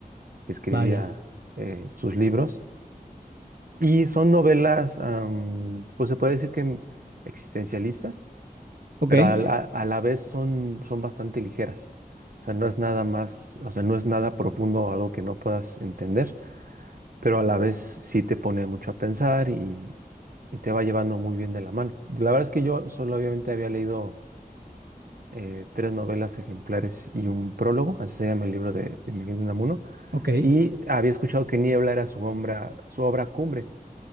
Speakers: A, on the right (about 65°); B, on the right (about 85°).
A: que escribía
B: Vaya.
A: eh, sus libros y son novelas, am, pues se puede decir que existencialistas,
B: Ok,
A: pero a la, a la vez son, son bastante ligeras. O sea, no es nada más, o sea, no es nada profundo o algo que no puedas entender, pero a la vez sí te pone mucho a pensar y, y te va llevando muy bien de la mano. La verdad es que yo solo obviamente había leído eh, tres novelas ejemplares y un prólogo, así se llama el libro de, de Miguel de Unamuno,
B: ok,
A: y había escuchado que Niebla era su obra, su obra cumbre,